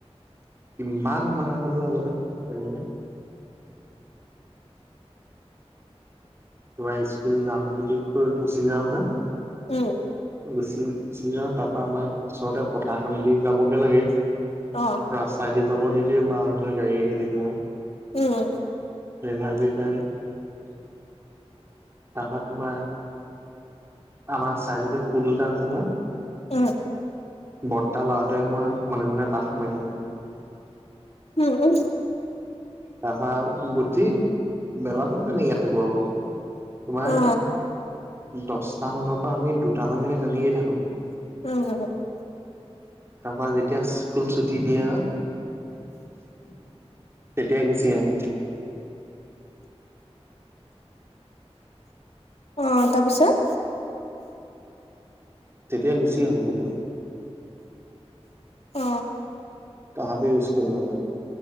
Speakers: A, on the right; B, on the left.
A: কিমান মাহ খলো আগতে তেনেকে তোমাৰ স্কুল যাম বুলি কৈ গুচি যাও নহয়
B: উম
A: গুচি গুচি যওঁ তাৰ পৰাা আমাৰ ওচৰতে পথাৰখন দি যাবগে লাগে
B: অ
A: ৰাস্তাইদি যাব নিদিয়ে মাহতে গাড়ী আহি থাকে ম
B: উম
A: ভাল প তাৰাপৰা কোনিবা আমাৰ চাইজতে ফুলটা আছে ন
B: উম
A: বৰ্তা লৰাটোৱে মই মনে মনে তাত সোমাই থাকো
B: উম উ
A: তাৰপা গুঠি মেলাতো তেনেকে থাকো আকৌ তোমাৰ
B: অ
A: দশটা মানত আমি দুটামানলৈকে তেনেিয়ে থাকো
B: উম
A: তাৰপা যেতিয়া স্কুল ছুটি দিয়া তেতিয়া গুচি আহো
B: আহ তাৰপিছত
A: <unintelligible> তেতিয়া গুচি আহোঁ বোলো
B: অ
A: তহাপি ইউজ কৰো আৰু